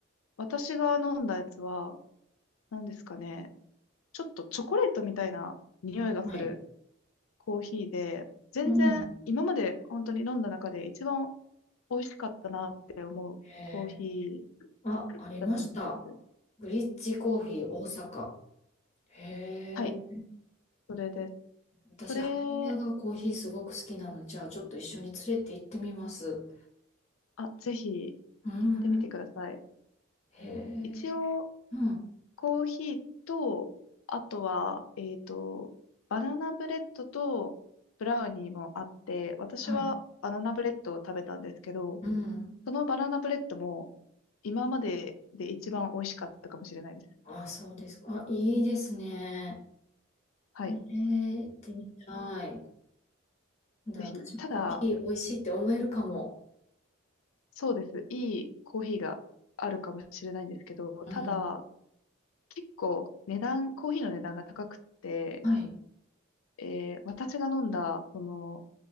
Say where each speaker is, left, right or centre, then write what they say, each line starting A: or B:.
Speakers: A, on the left; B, on the left.
A: 私が飲んだやつは、何ですかね、ちょっとチョコレートみたいな匂いがする
B: はい。
A: コーヒーで、全然今まで本当に飲んだ中で一番
B: うん。
A: 美味しかったなって思うコーヒ
B: へー
A: ー
B: あ、ありました。
A: だったんです。
B: ブリッジコーヒー大阪。へえ。
A: はい、それです。
B: 私、
A: それ、
B: 母親がコーヒーすごく好きなので、じゃあちょっと一緒に連れて行ってみます。
A: あ、ぜひ行ってみてください。
B: うん。へ
A: 一応、
B: え。うん。
A: コーヒーと、あとは、えっと、バナナブレッドとブラウニーもあって、私はバナナブレッドを食べたんですけど、
B: はい。うん。
A: そのバナナブレッドも今までで一番美味しかったかもしれないです。
B: あ、そうですか。あ、いいですね。
A: はい。
B: へえ、行ってみたい。なんだ、
A: ぜひ。
B: 私もコーヒー美味しいって思えるかも。
A: ただ、そうです。いいコーヒーがあるかもしれないんですけど、
B: うん。
A: ただ、結構値段、コーヒーの値段が高くて、
B: はい。
A: えー私が飲んだ、その、